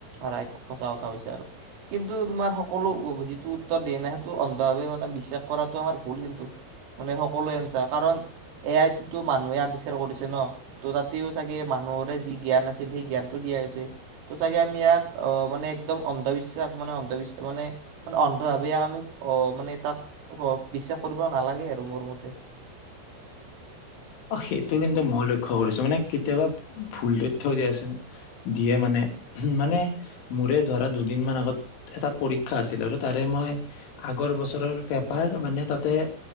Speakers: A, on the right; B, on the left.
A: ৰাইট সঁচা কথা কৈছা আৰু কিন্তু তোমাৰ সকলো যিটো উত্তৰ দিয়া নাই সেইটো অন্ধভাৱে মানে বিশ্বাস কৰাটো আমাৰ ভুল কিন্তু, মানে সকলোৰ এনচাৰ কাৰণ এ আইটো মানুহে আৱিষ্কাৰ কৰিছে ন ত তাতেও চাগে মানুহৰে যি জ্ঞান আছে। সেই জ্ঞানটো দিয়া হৈছে, ত চাগে আমি ইয়াক আহ মানে একদম অন্ধবিশ্বাস মানে অন্ধবিশ্বাস মানে অন্ধভাৱে ইয়াক আমি আহ মানে তাক বিশ্বাস কৰিব নালাগে আৰু মোৰ মতে।
B: অ সেইটো কিন্তু মই লক্ষ্য কৰিছো, মানে কেতিয়াবা ভুল তথ্য দিয়াচোন দিয়ে মানে মানে মোৰে ধৰা দুদিন মান আগত এটা পৰীক্ষা আছিল আৰু তাৰে মই আগৰ বছৰৰ পেপাৰ মানে তাতে